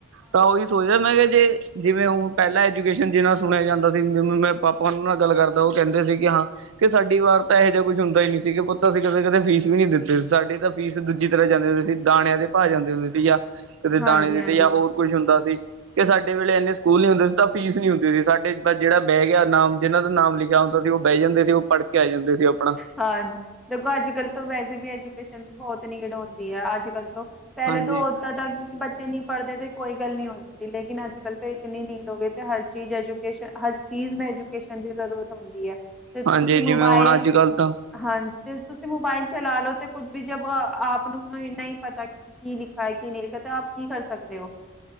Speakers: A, on the right; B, in the centre.
A: ਤਾਂ ਉਹੀ ਸੋਚਦਾ, ਮੈਂ ਕਿਹਾ ਜੇ ਜਿਵੇਂ ਉਹ ਪਹਿਲਾਂ, ਐਜੂਕੇਸ਼ਨ ਜਿਹ ਨਾਲ ਸੁਣਿਆ ਜਾਂਦਾ ਸੀ, ਜਿਵੇ ਮੇ ਪਾਪਾ ਉਹਨਾਂ ਨਾਲ ਗੱਲ ਕਰਦਾ। ਉਹ ਕਹਿੰਦੇ ਸੀ। ਕਿ ਹਾਂ। ਕਿ ਸਾਡੀ ਵਾਰ, ਤਾਂ ਇਹੋ ਜਿਹਾ, ਕੁਛ ਹੁੰਦਾ ਹੀ ਨਹੀਂ ਸੀ। ਕਿ ਪੁੱਤ ਅਸੀਂ ਕਦੇ- ਕਦੇ ਫੀਸ ਵੀ ਨਹੀਂ ਦਿੱਤੇ ਸੀ। ਸਾਡੀੇ ਤਾਂ ਫੀਸ ਦੂਜੀ ਤਰਾਂ ਜਾਂਦੇ ਹੰਦੇ ਸੀ। ਦਾਣਿਆਂ ਦੇ, ਪਾ ਜਾਂਦੇ ਹੁੰਦੀ ਸੀਗਾ। ਕਿਤੇ
B: ਹਾਂਜੀ
A: ਦਾਣੇ ਦੇ ਤੇ,
B: ਹਾਂਜੀ
A: ਜਾਂ ਹੋਰ ਕੁਝ ਹੁੰਦਾ ਸੀ। ਕਿ ਸਾਡੇ ਵੇਲੇ ਇੰਨੇ ਸਕੂਲ ਨੀ ਹੁੰਦੇ ਸੀ। ਤਾਂ ਫੀਸ ਨੀ ਹੁੰਦੀ ਸੀ। ਸਾਡੇ ਪਰ ਜਿਹੜਾ ਬਹਿ ਗਿਆ। ਨਾਮ ਜਿਹਨਾਂ ਦਾ ਨਾਮ ਲਿਖਿਆ ਹੁੰਦਾ ਸੀ। ਉਹ ਬਹਿ ਜਾਂਦੇ ਸੀ। ਉਹ ਪੜ ਕੇ ਆ ਜਾਂਦੇ ਸੀ ਆਪਣਾ।
B: ਹਾਂਜੀ। ਦੇਖੋ ਅੱਜ ਕੱਲ ਤੋਂ, ਵੈਸੇ ਵੀ ਐਜੂਕੇਸ਼ਨ ਦੀ, ਬਹੁਤ ਨੀਡ ਹੁੰਦੀ ਹੈ। ਅੱਜ ਕੱਲ ਤੋਂ ਪਹਿਲੇ
A: ਹਾਂਜੀ
B: ਤੋ, ਹੋਤਾ ਤਾਂ ਕਿ ਬ ਬੱਚੇ ਨਹੀਂ ਪੜਦੇ ਤੇ, ਕੋਈ ਗੱਲ ਨਹੀਂ ਹੁੰਦੀ। ਲੇਕਿਨ ਅੱਜ ਕੱਲ ਤਾਂ, ਇਤਨੀ ਨੀਡ ਹੋ ਗਈ। ਤੇ ਹਰ ਚੀਜ਼ ਐਜੂਕੇਸ਼ਨ ਹਰ ਚੀਜ਼ ਮੇਂ, ਮਜੂਕੇਸ਼ਨ ਦੀ ਜ਼ਰੂਰਤ ਹੁੰਦੀ ਹੈ। ਤੇ ਤੁਸੀਂ
A: ਹਾਂਜੀ
B: ਮੋਬਾਇਲ
A: ਜਿਵੇਂ ਹੁਣ ਅੱਜ ਕੱਲ੍ਹ ਤਾਂ
B: ਹਾਂਜੀ, ਤੇ ਤੁਸੀਂ ਮੋਬਾਇਲ ਚਲਾ ਲੋ। ਤੇ ਕੁੱਝ ਵੀ ਜਬ ਆਪ ਨੂੰ, ਇੰਨਾ ਹੀ ਪਤਾ। ਕੀ ਲਿਖਾ ਹੈ, ਕੀ ਨਹੀਂ ਲਿਖਾ, ਤੇ ਆਪ ਕੀ ਕਰ ਸਕਦੇ ਹੋ।